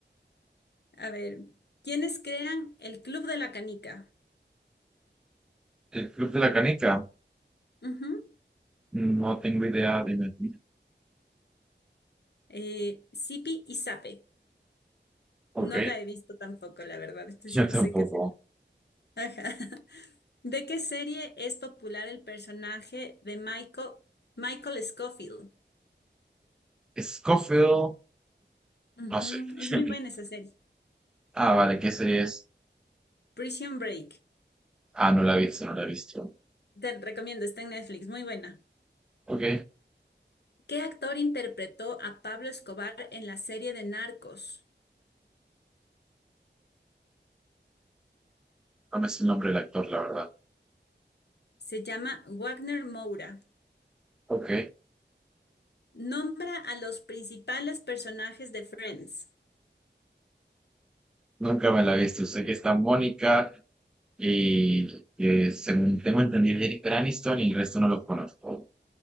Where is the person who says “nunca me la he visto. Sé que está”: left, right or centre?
Centre